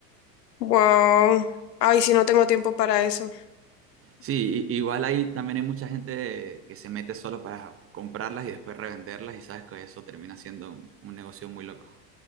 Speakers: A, on the left; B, on the right.
A: Wow. Ay, sí, no tengo tiempo para eso.
B: Sí, i- igual ahí también hay mucha gente que se mete solo para comprarlas y después revenderlas y sabes que eso termina siendo un un negocio muy loco.